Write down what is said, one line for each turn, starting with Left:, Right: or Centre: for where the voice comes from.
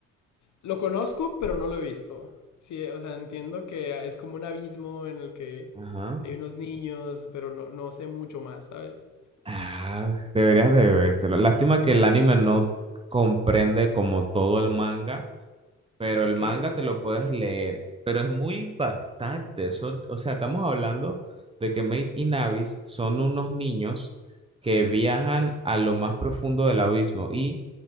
Left: Lo conozco, pero no lo he visto. Sí, o sea, entiendo que es como un abismo en el que
Right: Ajá.
Left: hay unos niños, pero no, no sé mucho más, ¿sabes?
Right: Ah, deberías de vértelo. Lástima que el anime no comprende como todo el manga. Pero
Left: Ok,
Right: el manga te lo puedes leer, pero es muy impactante. Son, o sea, estamos hablando de que Maid y Navis son unos niños que viajan a lo más profundo del abismo y